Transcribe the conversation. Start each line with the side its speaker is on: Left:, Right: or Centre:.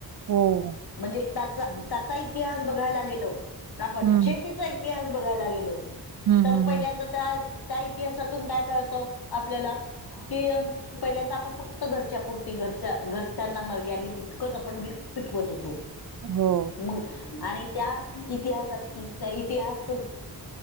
Right: हो.
Left: म्हणजे त्याचा इतिहास बघायला गेलो आपण
Right: हम्म
Left: शेतीचा. इतिहास बघायला गेलो
Right: हम्म
Left: तर
Right: हम्म
Left: पहिल्यांदा.
Right: हम्म
Left: त्या इतिहासातून काय कळतं आपल्याला कि. पहिल्यांदा आपण फक्त घरच्या पुुरती घरच्या घरच्यांना मर्यादित तितकंच आपण पिकवंतं होतो.
Right: हो,
Left: मग आणि त्या इतिहासात. इतिहास